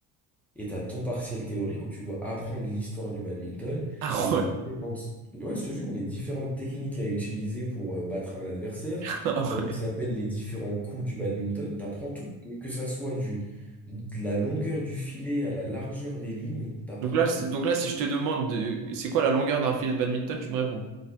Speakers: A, in the centre; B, on the right (about 60°).
A: et t'as ton partiel théorique où tu dois apprendre l'histoire du badminton,
B: Ah
A: les différentes,
B: ouais.
A: ouais, je te jure, les différentes techniques à utiliser pour euh, battre un adversaire,
B: <laughs> Ah ouais.
A: comment s'appellent les différents coups du badminton, t'apprends tout, que ça soit du de la longueur du filet à la largeur des lignes, t'apprends
B: Donc là,
A: tout.
B: c'est- donc là, si je te demande de- c'est quoi la longueur d'un filet de badminton, tu me réponds.